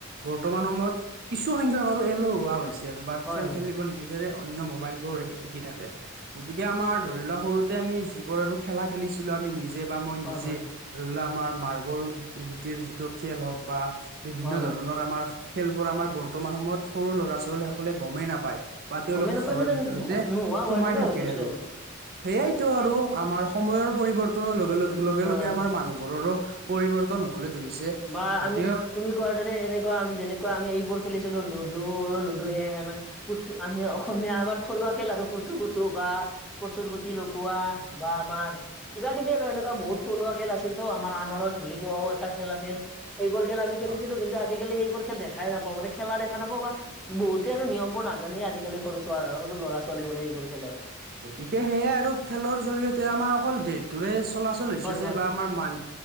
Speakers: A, on the right (about 50°); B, in the centre.
A: বৰ্তমান সময়ত কিছু সংখ্যক আৰু এলহুৱা হৈছে। বা
B: হয়
A: খেল
B: হয়
A: খেলিব নিবিচাৰে অন্য মোবাইলবোৰ এ পিটিকি থাকে। গতিকে আমাৰ ধৰি লোৱা সৰুতে আমি যিবোৰ আৰু খেলা খেলিছিলো আমি নিজে বা মই
B: হয়
A: নিজে।
B: হয়
A: ধৰি লোৱা আমাৰ মাৰ্বল গুটিৰ যিটো খেল হওক বা বিভিন্ন
B: হয়
A: ধৰণৰ
B: হয়
A: আমাৰ খেলবোৰ আমাৰ বৰ্তমান সময়ত সৰু ল'ৰা ছোৱালীসকলে গমেই নাপায়। বা তেওঁলোকে
B: গমেই নাপায়
A: ঘৰৰ
B: মানে
A: ভিতৰতে
B: নোহোৱা হোৱাৰ
A: সোমাই
B: দৰে
A: থাকে
B: হৈ গৈছে
A: আৰু সেইয়াইতো
B: সেই
A: আৰু আমাৰ সময়ৰ পৰিৱৰ্তনৰ লগে লগ লগে
B: হয়
A: লগে
B: হয়
A: আমাৰ মানুহবোৰৰো পৰিৱৰ্তন হবলৈ ধৰিছে।
B: বা
A: গতিকে
B: আমি তুমি কোৱাৰ দৰে এনেকুৱা আমি যেনেকুৱা আমি এইবোৰ খেলিছিলো লুডু, লুডু সেয়া আমাৰ কুুট আমি অসমীয়া আমাৰ থলুৱা খেল আৰু কুটু কুটু বা কচুৰ গুটি লুকুৱা বা আমাৰ কিবা-কিবি আৰু এনেকুৱা বহুত থলুৱা খেল আছিল তো আমাৰ <unintelligible> বুলি কোৱাও এটা খেল আছিল সেইবোৰ খেল আমি খেলিছিলোঁ
A: হয়
B: কিন্তু আজিকালি সেইবোৰ খেল দেখাই নাপাওঁ মানে খেলা দেখা নাপাওঁ বা বহুতে আৰু নিয়মবোৰ নাজানেই আজিকালি সৰু ছোৱা সৰু ল'ৰা ছোৱালীবোৰে এইবোৰ খেলৰ।
A: গতিকে সেয়াই আৰু খেলৰ জৰিয়তে আমাৰ অকল দেহ টোৰে চলাচল হৈছে
B: হয়
A: যে
B: হয়
A: বা আমাৰ মাইন